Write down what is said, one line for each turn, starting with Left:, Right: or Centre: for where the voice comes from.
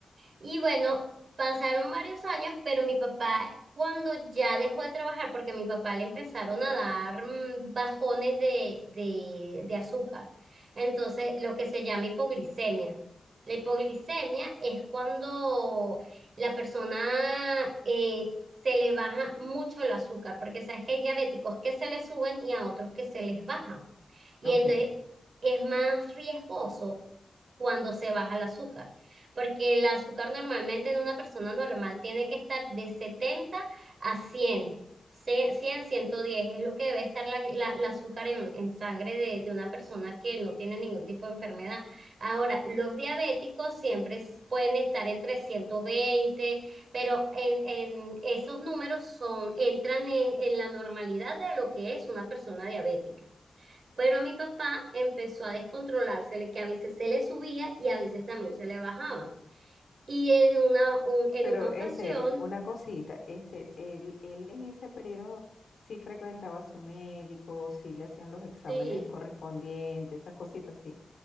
Right: Y bueno, pasaron varios años, pero mi papá, cuando ya dejó de trabajar, porque a mi papá le empezaron a dar mm, bajones de, de, de azúcar, entonces lo que se llama hipoglicemia. La hipoglicemia es cuando la persona eh, se le baja mucho el azúcar, porque sabes que hay diabéticos que se les suben y a otros que se les baja. Y
Left: ok.
Right: entonces es más riesgoso cuando se baja el azúcar, porque el azúcar normalmente en una persona normal tiene que estar de 70 a cien cien cien, ciento diez es lo que debe estar la, la- la azúcar en, en sangre de, de una persona que no tiene ningún tipo de enfermedad. Ahora, los diabéticos siempre s- pueden estar entre ciento veinte pero en, en esos números son, entran en en la normalidad de lo que es una persona diabética. Pero a mi papá empezó a descontrolársele, que a veces se le subía y a veces también se le bajaba. Y en una, un- en
Left: Pero
Right: una ocasión,
Left: este, una cosita, este, él, él en ese periodo sí frecuentaba a su médico, sí le hacían los exámenes
Right: sí,
Left: correspondientes, esas cositas sí.